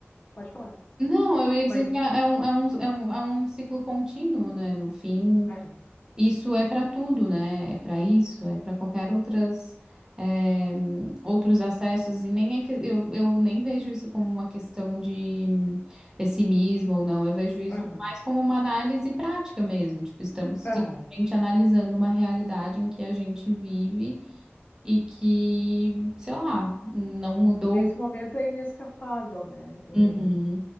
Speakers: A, on the left; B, on the right.
A: pode falar.
B: não, eu ia
A: Mas
B: dizer que é é um, é um, é um, é um ciclo contínuo, né? No fim,
A: é,
B: Isso é para tudo, né? É para isso, é para qualquer outras eh, outros acessos e nem é que eu, eu nem vejo isso como uma questão de hum, pessimismo ou não. Eu vejo isso
A: aham,
B: mais como uma análise prática mesmo. Tipo, estamos
A: aham.
B: simplesmente analisando uma realidade em que a gente vive e que, sei lá, não mudou.
A: Nesse momento é inescapável, né? É,
B: Uhum,